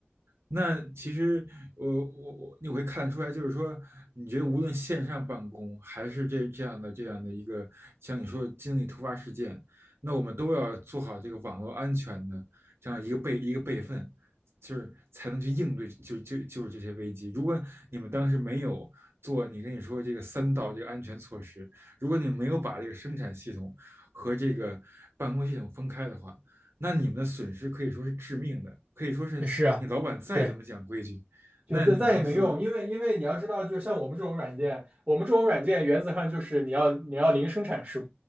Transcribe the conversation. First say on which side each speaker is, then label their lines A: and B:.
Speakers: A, on the right; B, on the right.
A: 那其实我我我你会看得出来，就是说，你觉得无论线上办公还是这这样的这样的一个，像你说的经历突发事件，那我们都要做好这个网络安全的这样一个备一个备份，就是才能去应对就就就是这些危机。如果你们当时没有做你跟你说这个三道这个安全措施，如果你没有把这个生产系统和这个办公系统分开的话，那你们的损失可以说是致命的，可以说是你老板再怎么讲规矩，
B: 是啊。对，就再再也没用，
A: 那你们公司
B: 因为因为你要知道，就是像我们这种软件，我们这种软件原则上就是你要你要零生产事